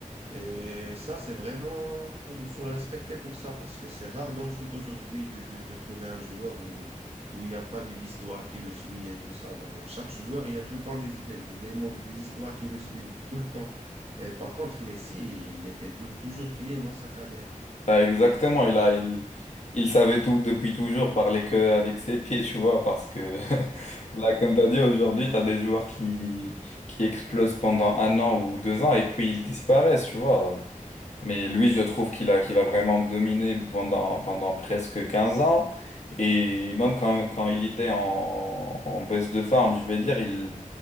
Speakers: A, on the right; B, on the left.
A: Et ça, c'est vraiment, il faut le respecter pour ça, parce que c'est rare dans le foot aujourd'hui de, de, de trouver un joueur où, où il n'y a pas de- d'histoire qui le suit et tout ça. Ben, et chaque joueur, il y a tout le temps des, des, des, mauvais- des histoires qui le suivent, tout le temps. Et par contre, Messi, il était tout- toujours clean dans sa carrière.
B: Ah, exactement, il a, il, il savait tout depuis toujours parler que avec ses pieds, tu vois, parce que <laughs> là, comme tu as dit, aujourd'hui, tu as des joueurs qui, qui explosent pendant un an ou deux ans et puis ils disparaissent, tu vois. Mais lui, je trouve qu'il a, qu'il a vraiment dominé pendant, pendant presque 15 ans. Et même quand, quand il était en, en baisse de forme, je vais dire, il,